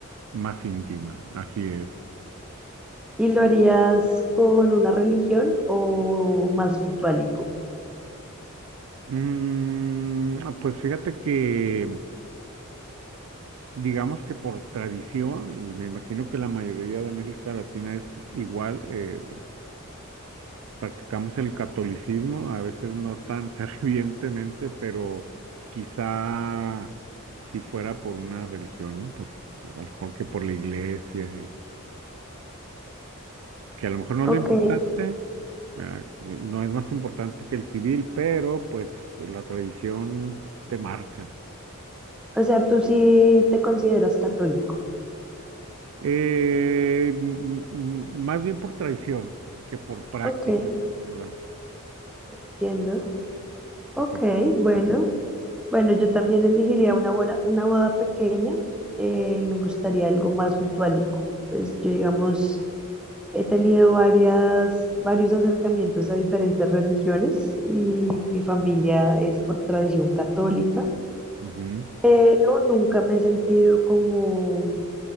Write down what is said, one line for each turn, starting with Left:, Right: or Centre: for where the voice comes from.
Right: más íntima, así es.
Centre: ¿Y lo harías con una religión o más ritualico?
Right: Mm, pues fíjate que, digamos que por tradición, y me imagino que la mayoría de América Latina es igual, eh, practicamos el catolicismo, a veces no tan <laughs> fervientemente, pero quizá si fuera por una religión, ¿no? Por, a lo mejor que por la iglesia. que a lo mejor no
Centre: Ok,
Right: es lo importante, ¿verdad? No es más importante que el civil, pero pues la tradición te marca.
Centre: o sea, tú sí te consideras católico.
Right: Eh, m- m- más bien por tradición que por práctica,
Centre: Ok,
Right: ¿verdad?
Centre: entiendo. Ok,
Right: Que por práctica.
Centre: bueno, Bueno, yo también elegiría una boda, una boda pequeña. eh, me gustaría algo más ritualico. Pues yo, digamos, he tenido varias, varios acercamientos a diferentes religiones y mi familia es por tradición católica,
Right: Ujú.
Centre: pero nunca me he sentido como